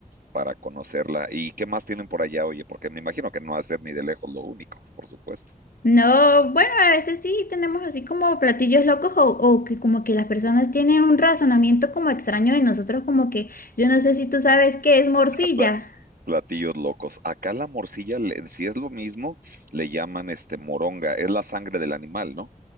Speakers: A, on the right (about 85°); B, on the left (about 80°).
A: para conocerla. ¿Y qué más tienen por allá, oye? Porque me imagino que no va a ser ni de lejos lo único, por supuesto.
B: No, bueno, a veces sí tenemos así como platillos locos o, o que como que las personas tienen un razonamiento como extraño de nosotros, como que yo no sé si tú sabes qué es morcilla.
A: <laughs> Pla- Platillos locos. Acá la morcilla, le- si es lo mismo, le llaman este moronga. Es la sangre del animal, ¿no?